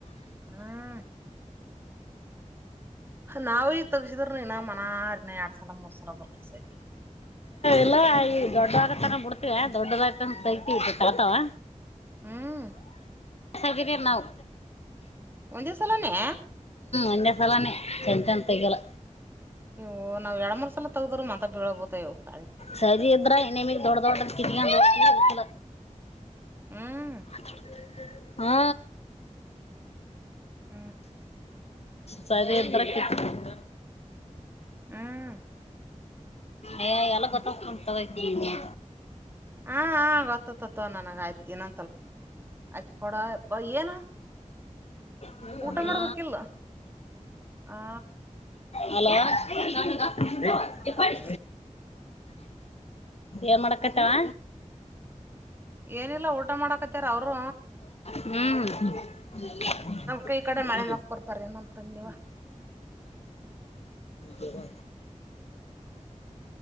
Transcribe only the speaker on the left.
ಅಲ್ಲ ಈಗ ದೊಡ್ಡ ಆಗ ತಗಕ ಬಿಡ್ತೀವ ದೊಡ್ಡದಾಗತ ತೈತಿ ತಾತಾವ.
ಸಾಗಿ ನಾವು
ಒಂದೆ ಸಲಾನೇ ಚಂತ ತಗಲ್ಲ.
ಸಜಿ ಅ್ದ್ರಾ ಇನಿಮ ದಡ್ಡ ದಡಕಿ ದಡ್ಡತ
ಚ ಹಾ
ಸರಿ ಎತ್ತರ ಕ್ಕಿಂತ
ಅಯ್ಯಾ ಎಲ್ಲ ಗೊತ್ತಾಗುತ್ತೆ ಕೂತಾಗಾಂವ ಹೇ
ಹ
ಹಲೋ ನಂಗ
ಇಪ್ಪಡಿ
ಏನ್ ಮಾಡಕತ್ಯಾವ್ವ
ಹುಂ ಹೂಂ
ಜ್ವರ